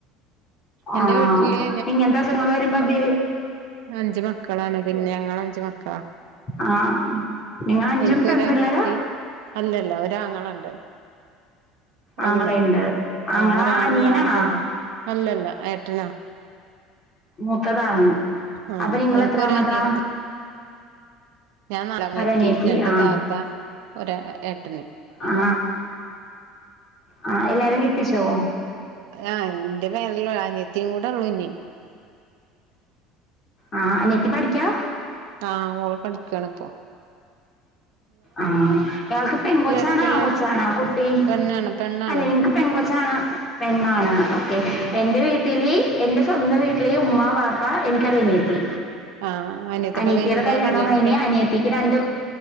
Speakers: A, on the right (about 75°); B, on the left (about 25°).
A: എന്റെ
B: ആണോ
A: വീട്ടില്
B: ഇങ്ങനത്തെ അസങ്ങൾ വരുമ്പബി
A: അഞ്ചു മക്കളാണ് പിന്നെ ഞങ്ങ അഞ്ചു മക്കളാ
B: ആഹ നിങ്ങ അഞ്ചും
A: എനിക്കൊരു
B: പമ്പള്ളരാ
A: അനിയത്തി അല്ലല്ല ഒരാങ്ങളുണ്ട്
B: ആങ്ങളെയുണ്ട്
A: ഒന്ന്
B: ആങ്ങള
A: ആഹ ഒരാണ
B: അനിയനാണാ
A: നാടി പിണോ അല്ലല്ല ഏട്ടനാ
B: മൂത്തതാണ്
A: ആ
B: അപ്പൊ നിങ്ങള
A: എനിക്കൊരനിയത്തി
B: എത്രാ മതാ
A: ഞാൻ നിറമീത്തി
B: ഒരനിയത്തി
A: രണ്ട്
B: ആ
A: താത്ത ഒ ഏട്ടന്
B: ആ ആ എല്ലാരും കിട്ടിച്ചോ
A: ആ എറെ പേരെല്ലോ അനയത്തയും കൂടെ ഉള്ളൂനേ
B: ആഹ അനെത്തി പഠിക്കാ
A: ആഹ മോള് പഠിക്കണപ്പ
B: ആഹ അയാൾക്ക്ിപ്പ എൻ കൊച്ചാണാ
A: ആരൊക്കെയുള്ളേ
B: കൊച്ചാണാ കുട്ടി
A: പെണ്ണാണ് പെണ്ണാണ്
B: അല്ലെ നിങ്ങക്ക് പെൺകൊച്ചാണ് പെണ്ണാണ് ഓക്കെ
A: ഉം
B: എറെ വീട്ടില് എന്റെ സ്വന്തം വീട്ടില ഉമ്മ പാപ്പ എനിക്ക്റങ്ങിയത്തി
A: ആ
B: അനിയത്തിയുടെ
A: കഴിഞ്ഞതാ
B: കല്യാണംവും
A: കല്യാണൊക്കെ
B: കഴിഞ്ഞീ അനിയത്തിക്ക് രണ്ട്